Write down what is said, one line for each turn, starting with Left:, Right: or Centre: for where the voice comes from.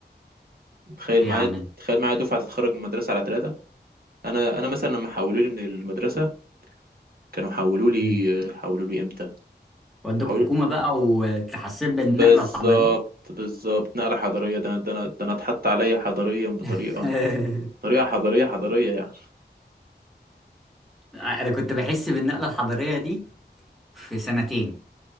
Right: تخيل
Centre: ايه
Right: معايا
Centre: يا عم ده؟
Right: تخيل معايا دفعة تتخرج من المدرسة على ثلاثة أنا أنا مثلا لما حولوا لي من المدرسة كانوا حولوا لي
Centre: مم.
Right: حولوا لي إمتى؟
Centre: ودوك
Right: حولوا
Centre: حكومه بقى وتحسب بالنقله
Right: بالظبط
Centre: الحضاريه
Right: بالظبط نقلة حضارية ده أنا ده أنا ده أنا اتحط عليا حضاريا بطريقة
Centre: <laughs>
Right: طريقة حضارية حضارية يعني
Centre: انا كنت بحس بالنقله الحضاريه دي في سنتين